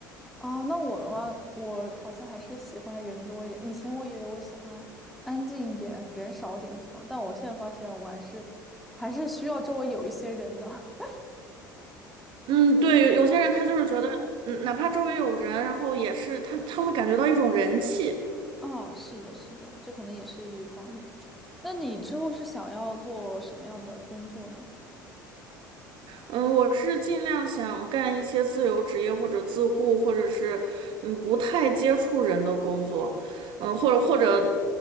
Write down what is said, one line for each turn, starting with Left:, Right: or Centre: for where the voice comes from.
Centre: 哦，那我的话，我好像还是喜欢人多一点。以前我以为我喜欢安静一点、人少一点的地方，但我现在发现我还是还是需要周围有一些人的。<laughs>
Right: 嗯，
Centre: 对，
Right: 对，
Centre: 这
Right: 有有些人他就是觉得，嗯，哪怕周围有人，然后也是他他会感觉到一种人气。
Centre: 啊，是的，是的，这可能也是一方面。那你之后是想要做什么样的工作呢？
Right: 嗯，我是尽量想干一些自由职业或者自雇，或者是嗯不太接触人的工作，嗯，或者或者